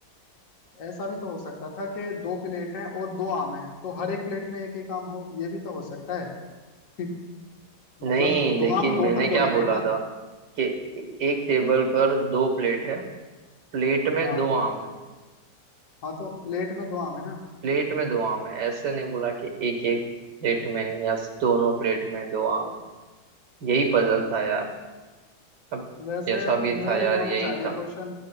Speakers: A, on the left; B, on the right.
A: ऐसा भी तो हो सकता था कि दो प्लेट हैं और दो आम हैं तो हर एक प्लेट में एक एक आम हो ये भी तो हो सकता है <laughs> मतलब
B: नहीं
A: दो
B: लेकिन
A: आम टोटल
B: मैंने
A: बोले
B: क्या
A: गए
B: बोला
A: ना
B: था कि एक टेबल पर दो प्लेट है प्लेट में
A: हाँ
B: दो आम है
A: हाँ तो प्लेट में दो आम है ना
B: प्लेट में दो आम है ऐसे नहीं बोला कि एक एक प्लेट में या दोनों प्लेट में दो आम है यही पजल था यार अब
A: वैसे
B: जैसा भी
A: इनवैलिड
B: था यार
A: होना
B: यही
A: चाहिए
B: था
A: क्वेश्चन